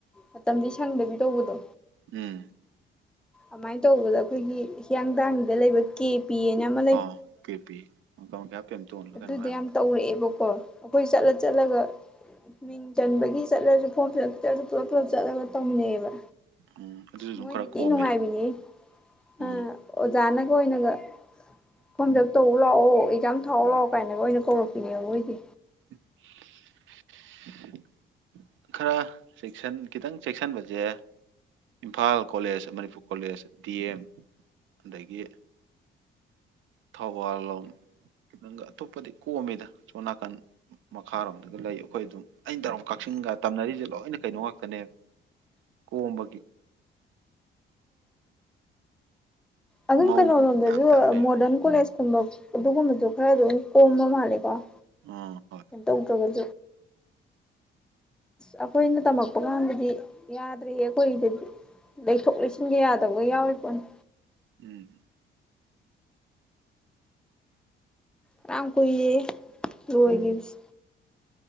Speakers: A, in the centre; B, on the right.
A: ꯃꯇꯝꯗꯤ ꯁꯪꯗꯕꯤ ꯇꯧꯕꯗꯣ꯫
B: ꯎꯝ꯫
A: ꯑꯃꯥꯏ ꯇꯧꯕꯗ ꯑꯩꯈꯣꯏꯒꯤ ꯍꯤꯌꯥꯡꯗꯥꯡꯗ ꯂꯩꯕ ꯀꯦ ꯄꯤ ꯑꯅ ꯑꯃ
B: ꯑ ꯀꯦ ꯄꯤ ꯀꯃꯈꯤꯌꯥ ꯄꯦꯝ ꯇꯣꯟꯂ
A: ꯑꯗꯨꯗꯨ
B: ꯀꯩꯅꯣꯝ ꯍꯥꯏꯕꯗꯣ
A: ꯌꯥꯝ ꯇꯧꯔꯛꯑꯦ ꯫ <inaudible> ꯑꯩꯈꯣꯏ ꯆꯠꯂ
B: ꯍꯣꯏ
A: ꯆꯠꯂꯒ ꯃꯤꯡ ꯆꯟꯕꯒꯤ ꯆꯠꯂꯁꯨ ꯨ ꯐꯣꯝ ꯐꯤꯜ ꯑꯄ ꯇ ꯄꯨꯂꯞ ꯄꯨꯂꯞ ꯆꯠꯂꯒ ꯇꯧꯃꯤꯟꯅꯩꯑꯦꯕ
B: ꯎꯝ ꯑꯗꯨꯁꯨ ꯑꯗꯨꯝ
A: ꯃꯣꯏꯗꯤ
B: ꯈꯔ
A: ꯊꯤꯅ
B: ꯀꯣꯝꯃꯤꯔꯥ
A: ꯅꯨꯡꯉꯥꯏꯕꯤꯅꯦ
B: ꯎꯝ
A: ꯑ ꯑꯣꯖꯥꯅꯒ ꯑꯣꯏꯅꯒ ꯐꯣꯝ ꯐꯤꯜ ꯑꯄ ꯇꯧꯕ ꯂꯥꯛꯑꯣ ꯑꯦꯛꯖꯥꯝ ꯊꯥꯎ ꯂꯥꯎ ꯀꯥꯏꯅꯒ ꯑꯣꯏꯅ ꯀꯧꯔꯛꯄꯤꯅꯦꯕ ꯃꯣꯏꯗꯤ
B: <unintelligible> ꯈꯔ ꯐꯔꯤꯁꯟ ꯈꯤꯇꯪ ꯆꯦꯛꯁꯤꯟꯕꯁꯦ Imphal college Manipur college D M ꯑꯗꯒꯤ ꯊꯧꯕꯥꯜ ꯂꯣꯝ ꯈꯤꯇꯪꯒ ꯑꯇꯣꯞꯄꯗꯤ ꯀꯣꯝꯃꯤꯗ ꯑꯁꯣꯟ ꯅꯥꯀꯟ ꯃꯈꯥꯔꯣꯝꯗꯒ ꯂꯩ ꯑꯩꯈꯣꯏ ꯑꯗꯨꯝ ꯑꯩꯅ ꯇꯧꯔꯛ ꯀꯛꯆꯤꯡꯒ ꯇꯝꯅꯔꯤꯁꯦ ꯂꯣꯏꯅ ꯀꯩꯅꯣ ꯉꯥꯛꯇꯅꯦ ꯀꯣꯝꯕꯒꯤ
A: ꯑꯗꯨꯝ
B: ꯃꯧ
A: ꯀꯩꯅꯣꯔꯣꯝꯗꯁꯨ
B: ꯌꯥꯝ ꯇꯝꯃꯦꯕ
A: ꯃꯣꯗꯔꯟ ꯀꯣꯂꯦꯖ ꯀꯨꯝꯕ ꯑꯗꯨꯒꯨꯝꯕꯗꯨ ꯈꯔ ꯑꯗꯨꯝ ꯀꯣꯝꯕ ꯃꯥꯜꯂꯦ ꯑꯣ
B: ꯑ ꯍꯣꯏ
A: <inaudible> ꯑꯩꯈꯣꯏꯅ ꯇꯝꯃꯛꯄ ꯀꯥꯟꯗꯗꯤ ꯌꯥꯗ꯭ꯔꯦ ꯑꯩꯈꯣꯏꯗꯗꯤ ꯂꯩꯊꯣꯛ ꯂꯩꯁꯤꯟꯒ ꯌꯥꯗꯕꯒ ꯌꯥꯎ ꯄꯣꯅꯤ
B: ꯎꯝ
A: ꯐꯅꯌꯥꯝ ꯀꯨꯏꯌꯦ ꯂꯣꯏꯒꯤꯕꯁꯦ